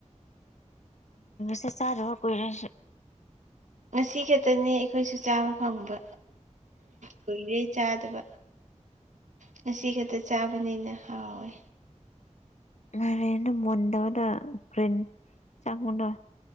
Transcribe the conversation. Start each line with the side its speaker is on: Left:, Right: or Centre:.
Left: ꯁ ꯆꯥꯔ ꯀꯣꯏꯔꯁꯤꯦ
Right: ꯉꯁꯤ ꯈꯛꯇꯅꯦ ꯑꯩꯈꯣꯏꯁꯨ ꯆꯥꯕ ꯐꯪꯕ ꯀꯨꯏꯔꯦ ꯆꯥꯗꯕ ꯉꯁꯤ ꯈꯛꯇ ꯆꯥꯕꯅꯤꯅ ꯍꯥꯎꯋꯦ
Left: ꯃꯔꯣꯔꯦꯅ ꯃꯨꯟꯗꯗ ꯒ꯭ꯔꯤꯟ ꯆꯥꯡꯉꯨꯗꯣ